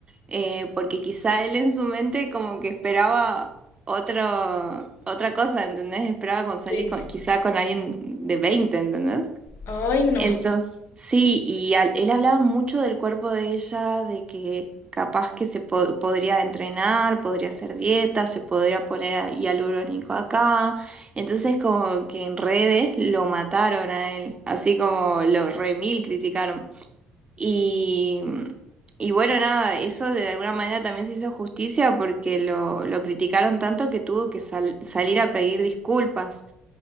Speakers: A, on the right (about 25°); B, on the left (about 60°).
A: eh, porque quizá él en su mente como que esperaba otro, otra cosa, ¿entendés? Esperaba con salir
B: sí.
A: con- quizá con alguien de veinte ¿entendés?
B: Ay, no.
A: Entonces, sí, y al- él hablaba mucho del cuerpo de ella, de que capaz que se po- podría entrenar, podría hacer dieta, se podría poner a- hialurónico acá. Entonces, como que en redes lo mataron a él, así como lo remil criticaron. Y, y bueno, nada, eso de alguna manera también se hizo justicia porque lo, lo criticaron tanto que tuvo que sal- salir a pedir disculpas.